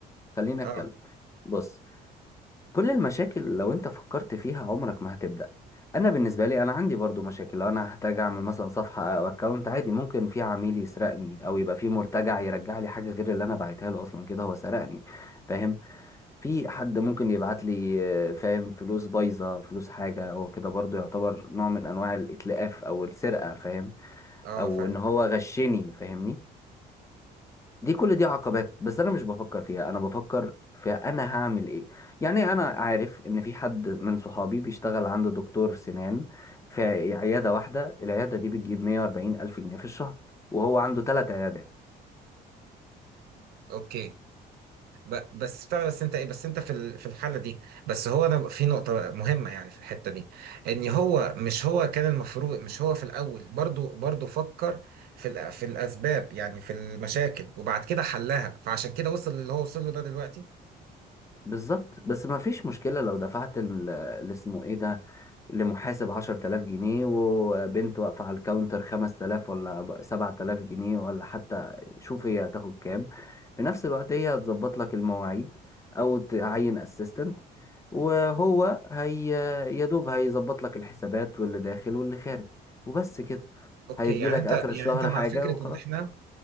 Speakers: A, on the left (about 15°); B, on the right (about 65°).
A: خلينا اتكلم
B: اه
A: بص كل المشاكل لو انت فكرت فيها عمرك ما هتبدا انا بالنسبه لي انا عندي برضو مشاكل لو انا هحتاج اعمل مثلا صفحه او اكونت عادي ممكن في عميل يسرقني او يبقى في مرتجع يرجع لي حاجه غير اللي انا بعتها له اصلا كده هو سرقني فاهم في حد ممكن يبعت لي آه، فاهم فلوس بايظة فلوس حاجة هو كده برضو يعتبر نوع من أنواع الإتلاف أو السرقة فاهم
B: اه
A: أو
B: فاهم
A: إن هو غشني فاهمني دي كل دي عقبات بس أنا مش بفكر فيها أنا بفكر في أنا هعمل إيه يعني أنا عارف إن في حد من صحابي بيشتغل عنده دكتور سنان في عيادة واحدة العيادة دي بتجيب 140 ألف جنيه في الشهر وهو عنده ثلاث عيادات
B: اوكي ب- بس بتاع بس انت ايه بس انت في ال- في الحاله دي بس هو انا في نقطه مهمه يعني في الحته دي ان هو مش هو كان المفروض مش هو في الاول برضو برضو فكر في الأ- في الاسباب يعني في المشاكل وبعد كده حلها فعشان كده وصل اللي هو وصل له ده دلوقتي
A: بالظبط بس ما فيش مشكلة لو دفعت ال- اللي اسمه إيه ده لمحاسب 10000 جنيه وبنت واقفة على الكاونتر 5000 ولا ب- 7000 جنيه ولا حتى شوف هي هتاخد كام في نفس الوقت هي هتظبط لك المواعيد أو تعين اسيستنت وهو هي يا دوب هيظبط لك الحسابات واللي داخل واللي خارج وبس كده
B: اوكي
A: هيدي
B: يعني
A: لك
B: انت
A: آخر
B: يعني
A: الشهر
B: انت مع
A: حاجة
B: فكره
A: وخلاص
B: ان احنا